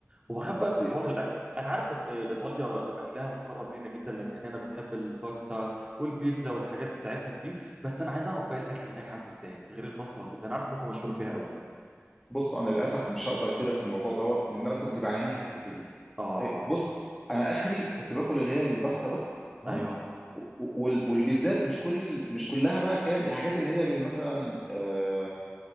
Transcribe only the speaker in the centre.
بس
بص انا للاسف مش هقدر افيدك في الموضوع دوت لان انا كنت بعاني في الحته دي
إيه، بص انا اخري كنت باكل اللي هي الباستا بس تمام
و- وال- والبيتزات مش كل ال- مش كلها بقى كان الحاجات اللي هي بال- مثلا آه،